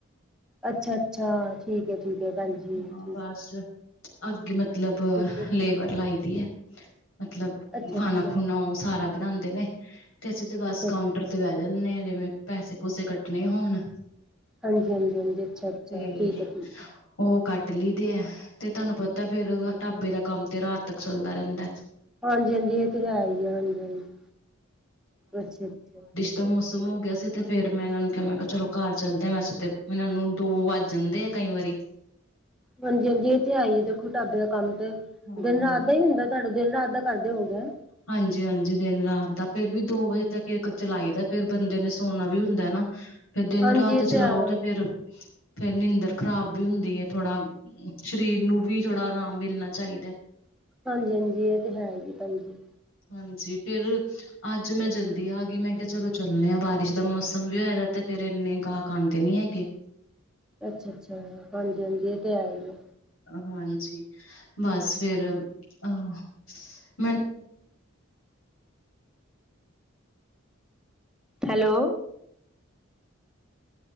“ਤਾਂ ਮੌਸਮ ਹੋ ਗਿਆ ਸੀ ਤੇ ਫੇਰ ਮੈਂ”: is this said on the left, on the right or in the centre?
Left